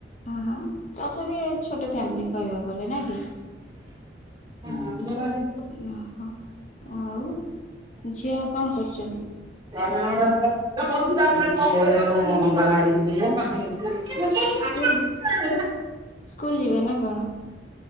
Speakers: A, on the left; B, on the right.
A: ଓହଁ ତଥାପି ଛୋଟ ଫ୍ୟାମିଲି କହିବାକୁ ଗଲେ ନା କି?
B: ଅଙ୍ଗନବାଡି
A: ଓହୋ ଆଉ ଝିଅ କଣ କରୁଚନ୍ତି?
B: ମୋ ଝିଅ ଏନା ଅଙ୍ଗନୱାଡ଼ିକୁ ଯିବ।
A: ସ୍କୁଲ
B: <unintelligible>
A: ସ୍କୁଲ ଯିବେ ନା କଣ?